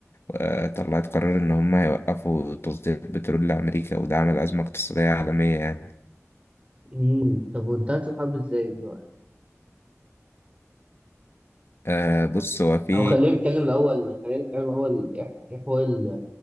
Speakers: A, on the left; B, on the right.
A: آه، طلعت قرار إن هم هيوقفوا تصدير البترول لأمريكا وده عمل أزمة اقتصادية عالمية يعني
B: امم طب وانتهت الحرب إزاي بقى؟
A: آه، بص هو في
B: أو خلينا نتكلم الأول خلينا نتكلم الأول إيه إيه حوار